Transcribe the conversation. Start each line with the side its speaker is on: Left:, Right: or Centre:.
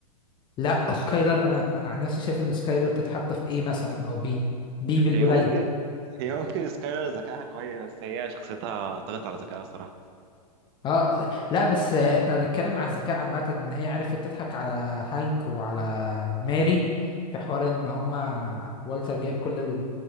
Left: لا سكايلر انا انا عن نفسي شايف ان سكايلر تتحط في ايه مثلا او بي بي بالقليل
Right: هي ممكن هي ممكن سكايلر ذكائها كويس بس هي شخصيتها طغت على ذكائها الصراحة
Left: اه لا, لا بس احنا بنتكلم على الذكاء عامة ان هي عرفت تضحك على هانك وعلى ماري في حوار ان هما والتر جايب كل ال-